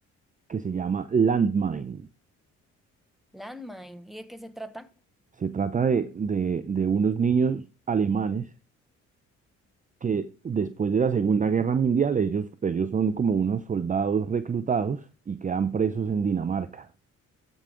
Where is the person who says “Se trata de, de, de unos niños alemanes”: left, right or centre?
Right